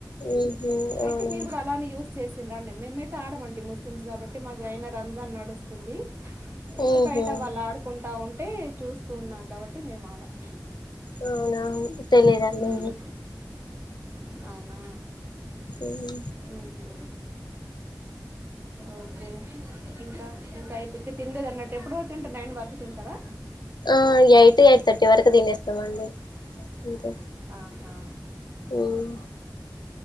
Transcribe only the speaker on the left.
ఉహు అవునా
ఉహు
అవునా తెలిదండి
ఉమ్
ఆ ఎయిట్ ఎయిట్ థర్టీ వరకు తినేస్తమండి అంతే
ఉమ్